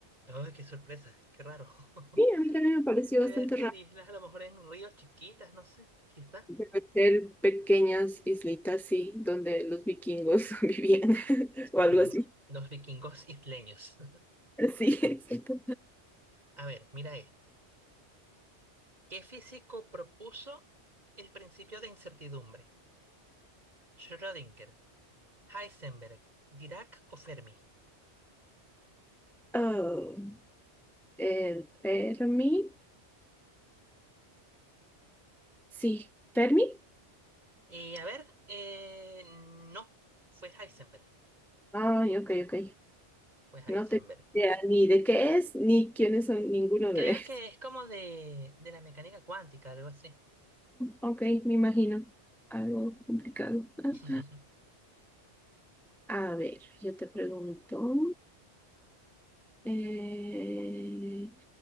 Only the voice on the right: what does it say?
Ay, qué sorpresa, qué raro. <laughs>
Debe
ser
islas a lo mejor en ríos chiquitas, no sé, quizás.
<laughs>
Los vikingos isleños. <laughs>
A ver, mira esto. ¿Qué físico propuso el principio de incertidumbre? Schrödinger, Heisenberg, Dirac o Fermi.
Eh, a ver, eh, no, fue Heisenberg.
Fue Heisenberg.
Creo
que es como de, de la mecánica cuántica, algo así.
<laughs>